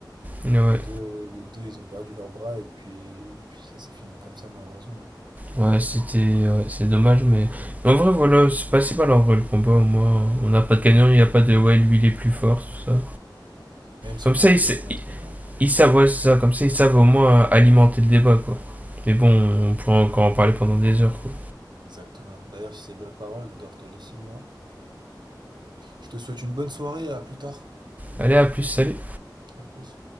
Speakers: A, on the right (about 20°); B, on the right (about 70°).
A: Et ouais,
B: Les deux, les deux, ils ont perdu leurs bras et puis, et puis ça s'est fini comme ça, malheureusement.
A: ouais, c'était. ouais, c'est dommage, mais. mais en vrai, voilà, c'est pas si mal en vrai le combat. Moi, on n'a pas de gagnant, il n'y a pas de ouais, lui il est plus fort, tout ça.
B: Même si
A: Comme
B: on
A: ça,
B: a tous
A: il
B: les deux notre idée. hein.
A: Ils savent, ouais, c'est ça, comme ça, ils savent au moins alimenter le débat, quoi. Mais bon, on pourrait encore en parler pendant des heures, quoi.
B: Exactement. D'ailleurs, sur ces belles paroles, je dois te laisser, moi. Je te souhaite une bonne soirée, à plus tard.
A: Allez, à plus, salut!
B: À plus.